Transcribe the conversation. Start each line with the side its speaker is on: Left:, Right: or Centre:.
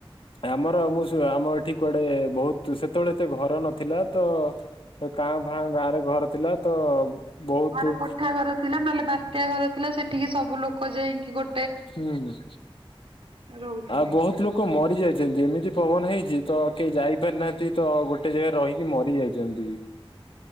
Left: ଆମର ମୁଁ ଆମ ଏଠି କୁଆଡେ ବହୁତ ସେତେବେଳେ ଏତେ ଘର ନଥିଲା ତ ସେ କାଁ ଫାଁ ଗାଁ ରେ ଘର ଥିଲା ତ ବହୁତ
Right: ଯାହାର କୋଠା ଘର ଥିଲା ନହେଲେ ବାତ୍ୟା ଘର ଥିଲା ସେଠିକି ସବୁ ଲୋକ ଯାଇକି ଗୋ
Left: ହୁଁ ହୁଁ।
Right: ରହୁଥିଲେ।
Left: ଆଉ ବହୁତ ଲୋକ ଲୋକ ମରି ଯାଇଛନ୍ତି ଏମିତି ପବନ ହେଇଛି ତ କେହି ଯାଇପାରିନାହାନ୍ତି ତ ଗୋଟେ ଜାଗାରେ ରହିକି ମରି ଯାଇଛନ୍ତି।